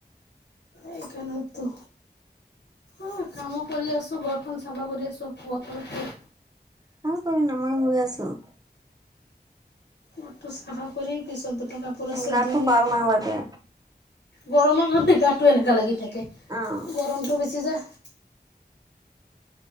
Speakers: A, on the left; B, on the right.
A: এইকাৰণেতো অ' কামো কৰি আছো ঘৰখন চাফা কৰি আছো কথা পতি আ
B: <unintelligible>
A: ঘৰটো চাফা কৰি পিছত দুটা কাপোৰ আছে
B: গাটো
A: ধুই
B: ভাল নহয় দে
A: গৰমৰ কাৰণে গাটো এনেকুৱা লাগি থাকে
B: অ
A: গৰমটো বেছি যে